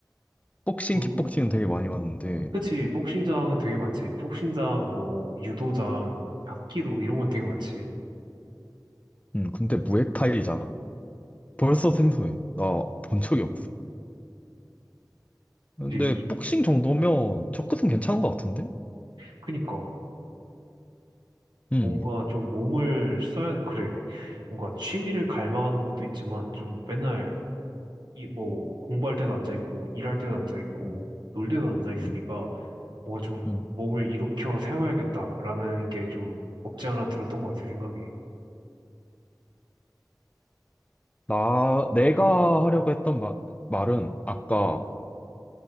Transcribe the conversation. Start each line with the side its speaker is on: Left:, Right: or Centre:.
Left: 복싱,
Right: 그,
Left: 킥복싱은 되게 많이 봤는데
Right: 그치. 복싱장은 되게 많지. 복싱장, 뭐, 유도장, 합기도 이런 건 되게 많지.
Left: 음, 근데 무에타이잖아. 벌써 생소해. 나 본 적이 없어. 근데
Right: 그치, 이,
Left: 복싱 정도면 접근은 괜찮은 것 같은데?
Right: 그니까.
Left: 음,
Right: 뭔가 좀 몸을 써야, 그래. 뭔가 취미를 갈망하는 것도 있지만 좀 맨날 이, 뭐, 공부할 때도 앉아있고, 일할 때도 앉아있고,
Left: 음,
Right: 놀 때도 앉아있으니까,
Left: 음,
Right: 뭔가 좀
Left: 음.
Right: 몸을 일으켜 세워야겠다라는 게 좀 없지 않아 들었던 것 같아, 생각이.
Left: 나, 내가 하려고 했던 마- 말은 아까
Right: 어,